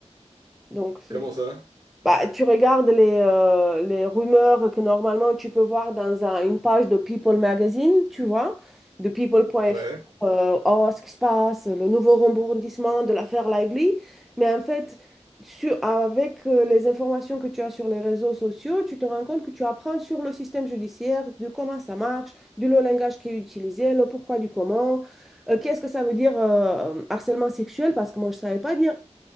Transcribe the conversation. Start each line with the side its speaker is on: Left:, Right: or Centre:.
Centre: Donc, c'est-
Right: Comment ça?
Centre: Bah, tu regardes les, euh, les rumeurs que normalement tu peux voir dans un- une page de People Magazine, tu vois, de people.fr,
Right: Ouais.
Centre: euh, oh, ce qui se passe, le nouveau rebondissement de l'affaire Lively. Mais en fait, sur- avec euh, les informations que tu as sur les réseaux sociaux, tu te rends compte que tu apprends sur le système judiciaire, de comment ça marche, du le langage qui est utilisé, le pourquoi du comment, euh, qu'est-ce que ça veut dire euh, harcèlement sexuel, parce que moi je ne savais pas dire,